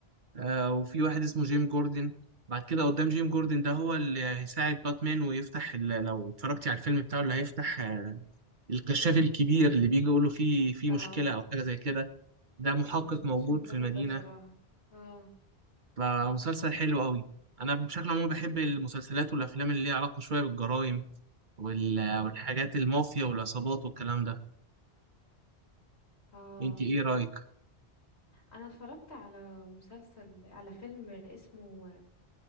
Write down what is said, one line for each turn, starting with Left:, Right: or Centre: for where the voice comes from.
Right: آه، وفي واحد اسمه جيم جوردن بعد كده قدام جيم جوردن ده هو اللي هيساعد باتمان ويفتح ال- لو اتفرجتي على الفيلم بتاعه اللي هيفتح آه، الكشاف الكبير اللي بيجي يقول له في في
Left: اه
Right: مشكلة او حاجة زي كده ده محقق
Left: مم، ما شفتش
Right: موجود
Left: المسلسل
Right: في المدينة
Left: ده بصراحة اه
Right: فمسلسل حلو قوي انا بشكل عام بحب المسلسلات والافلام اللي ليها علاقة شوية بالجرائم وال- والحاجات المافيا والعصابات والكلام ده
Left: اه
Right: انت ايه رأيك
Left: انا اتفرجت على مسلسل على فيلم اسمه